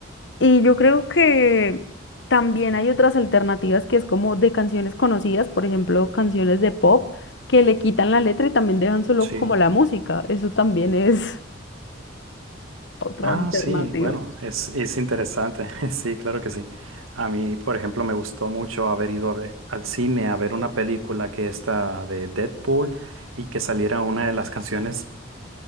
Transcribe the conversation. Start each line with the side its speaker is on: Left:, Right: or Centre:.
Left: y yo creo que también hay otras alternativas que es como de canciones conocidas, por ejemplo, canciones de pop que le quitan la letra y también dejan solo
Right: sí.
Left: como la música. Eso también es otra
Right: Ah,
Left: alternativa.
Right: sí, bueno, es, es interesante, <laughs> sí, claro que sí. A mí, por ejemplo, me gustó mucho haber ido a ve- al cine a ver una película que está de Deadpool y que saliera una de las canciones